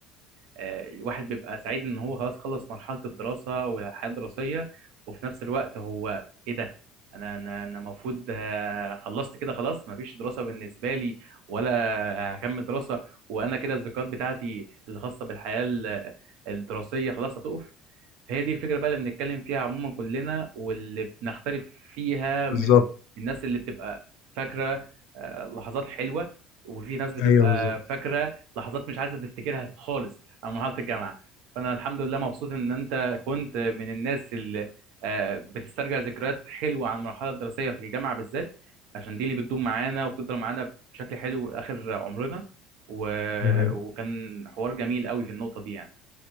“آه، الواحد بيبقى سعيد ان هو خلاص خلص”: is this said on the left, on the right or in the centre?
Right